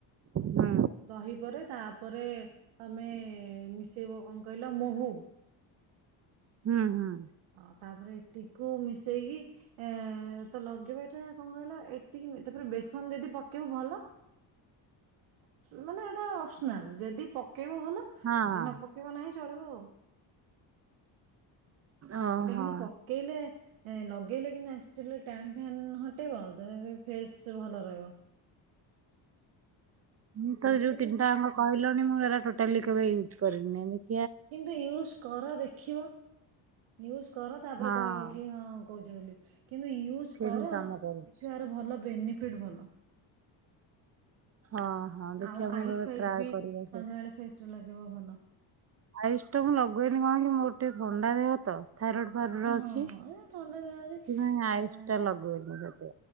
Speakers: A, on the right; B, on the right.
A: ହୁଁ
B: ଦହି ପରେ ତା ପରେ ତମେ ମିଶେଇବ କଣ କହିଲ ମହୁ।
A: ହୁଁ ହୁଁ।
B: ଅ ତାପରେ ଏତିକୁ ମିଶେଇକି ଏ ତ ଲଗେଇବା ଏଇଟା କଣ କହିଲା ଏତିକି ତାପରେ ବେସନ ଯଦି ପକେଇବୁ ଭଲ ମାନେ ଏଇଟା ଅପସନାଲ ଯଦି। ପକେଇବ ଭଲ
A: ହଁ
B: ଏଦିନ ପକେଇବ ନାହିଁ ଚଳିବ ଆଉ। <inaudible>
A: ଓହୋ।
B: ଏଇଟା କିନ୍ତୁ ପକେଇଲେ। ଲଗେଇଲେ କିନ୍ତୁ ଏକ୍ଟୁଅଲୀ ଟାନଫ୍ୟନ୍ ହଟେଇବ ଆଉ ତଥାପି ଫ୍ରେସ ଭଲ ରହିବ।
A: ମତେ
B: ବେଶୀ
A: ଯୋଉ ତିନିଟା ଅଙ୍ଗ କହିଲନି ମୁଁ ଏରା ଟୋଟାଲି। କେବେ ୟୁଜ କରିନି ।
B: କିନ୍ତୁ ୟୁଜ କର ଦେଖିବ ୟୁଜ କର ତାପରେ
A: ହଁ
B: କହିବ କି ହଁ କହୁଛି ବୋଲି କିନ୍ତୁ ୟୁଜ
A: ସେମିତି
B: କର
A: କାମ କରୁଛି।
B: ଦେଖିବ ଆର ଭଲ ବେନିଫ ଫିଟ ଭଲ।
A: ହଁ ହଁ ଦେଖିବା
B: ଆଉ
A: ମୁଁ
B: ଆଇସ୍
A: କେବେ
B: ଫାଇସ୍
A: ଟ୍ରାଏ
B: ବି
A: କରିବା
B: ସନ୍ଧ୍ୟାବେଳେ ଫେସ ରେ ଲଗେଇବ ଭଲ।
A: ଆଇସ୍ ଟା ମୁଁ ଲଗେଇନି କଣ କି ମୋର ଟିକେ ଥଣ୍ଡା ଦେହ ତ। ଥାଇରଏଡ ଫାଇରଏଡ
B: ହଁ
A: ଅଛି।
B: ହଁ ଥଣ୍ଡା ଦେହ
A: ସେଥିପାଇଁ ଆୟୁଷ
B: ଆ
A: ଟା ଲଗେଇନି ସେତେ